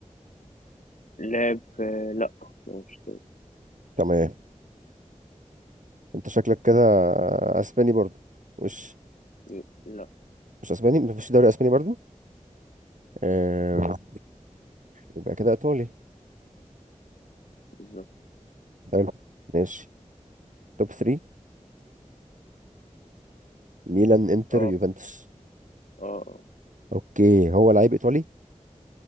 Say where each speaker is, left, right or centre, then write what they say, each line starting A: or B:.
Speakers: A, on the left; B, on the right.
A: لعب في- لا مش
B: تمام انت شكلك كده اسباني برضو مش
A: <coughs> لا
B: مش اسباني مفيش دوري اسباني برضو آه... يبقى كده ايطالي
A: بالظبط
B: حلو ماشي توب 3 ميلان انتر
A: اه
B: يوفنتوس
A: اه آه.
B: اوكي هو لعيب ايطالي